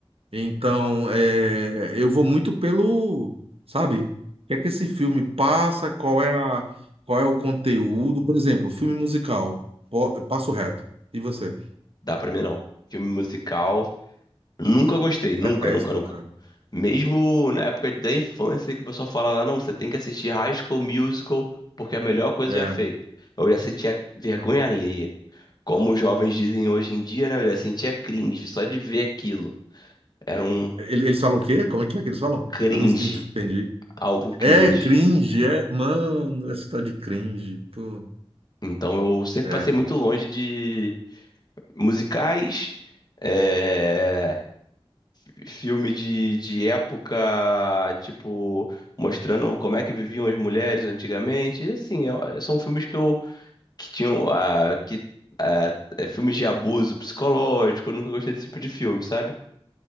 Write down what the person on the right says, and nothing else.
Então, é, eu vou muito pelo, sabe, o que é que esse filme passa, qual é a, qual é o conteúdo. Por exemplo, filme musical, po- eu passo reto. E você?
Detesto,
cara.
É,
é.
Ele- Eles falam o quê? Como é que é que eles falam?
Eu não entendi.
É cringe, é, mano, essa tá de cringe, pô.
É.